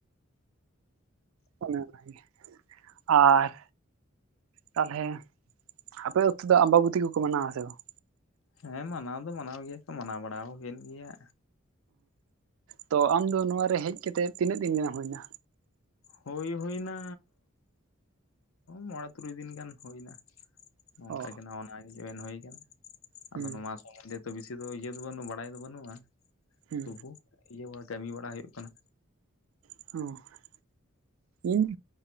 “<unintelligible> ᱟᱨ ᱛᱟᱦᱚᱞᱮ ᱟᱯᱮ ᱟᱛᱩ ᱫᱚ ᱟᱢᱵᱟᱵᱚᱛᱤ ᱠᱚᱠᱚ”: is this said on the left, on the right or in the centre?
Right